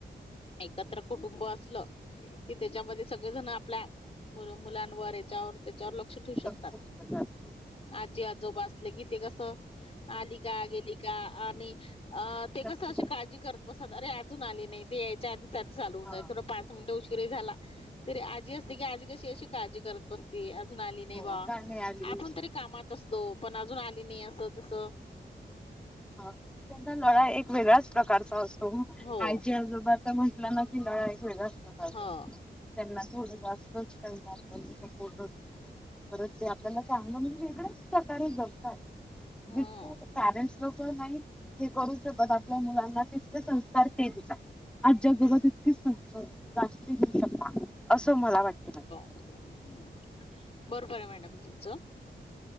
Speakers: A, on the left (about 35°); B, in the centre.
A: एकत्र कुटुंब असलं की त्याच्यामध्ये सगळेजण आपल्या मुल मुलांवर याच्यावर त्याच्यावर लक्ष ठेवू शकतात.
B: लक्ष दिलं जात
A: आजी आजोबा असले कि ते कस आली का गेली का आणि अ ते कसं
B: लक्ष
A: अशी काळजी करत बसत अरे अजून आली नाही ते यायच्या आधी, त्यात चालू होऊन
B: हा
A: जाईल, थोडा पाच मिनिटं उशीर झाला तरी आजी असते, की आजी कशी अशी काळजी करत बसते. अजून आली नाही
B: हो
A: बा
B: का नाही आली
A: आपण तरी, कामात असतो पण अजून आली नाही असं तस,
B: आणि त्यांचा लळा एक वेगळ्याच प्रकारचा असतो.
A: हो
B: आजी आजोबा आता म्हटलं ना की लळा एक वेगळा असतो
A: हो
B: त्यांना थोडं जास्त, त्याचा पण सपोर्ट होतो. परत ते आपल्याला चांगल म्हणुन वेगळं प्रकारे जपतात.
A: हो
B: जे ते कारण लोक नाही हे करू शकत आपल्या मुलांना तितके संस्कार ते देतात. आजच्या
A: हम्म
B: जगात इतकीच संख्या जास्त घेऊ शकता असं मला वाटते.
A: हम् बरोबर आहे मॅडम तुमचं,